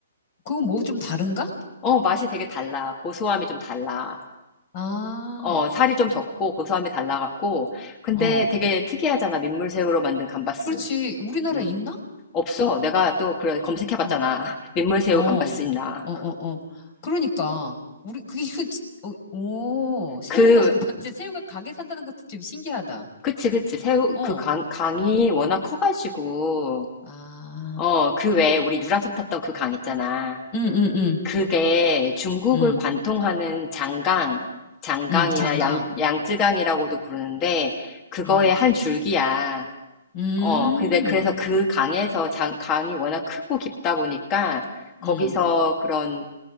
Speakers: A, on the left; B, on the left.
A: 그거 뭐 좀 다른가?
B: 어, 맛이 되게 달라. 고소함이 좀 달라.
A: 아,
B: 어, 살이 좀 적고 고소함이 달라갖고. 근데
A: 어.
B: 되게 특이하잖아. 민물새우로 만든 감바스.
A: 그렇지. 우리나라에
B: 음.
A: 있나?
B: 없어. 내가 또 그래 검색해봤잖아.
A: 어,
B: <laughs> 민물새우
A: 어, 어,
B: 감바스 있나.
A: 어, 어. 그러니까. 우리, 그게, 이거 진- 어, 오, 새우가,
B: 그,
A: <laughs> 남자 새우가 강에 산다는 것도 좀 신기하다.
B: 그치, 그치. 새우,
A: 어,
B: 그 강, 강이 워낙 커가지고.
A: 아,
B: 어, 그 외에 우리 유람선 탔던 그 강 있잖아.
A: 음, 음, 음,
B: 그게 중국을
A: 음,
B: 관통하는 장강, 장강이나
A: 음, 장강.
B: 양, 양쯔강이라고도 부르는데, 그거의
A: 음,
B: 한 줄기야.
A: 음,
B: 어, 근데 그래서 그 강에서 장, 강이 워낙 크고 깊다 보니까 거기서
A: 음,
B: 그런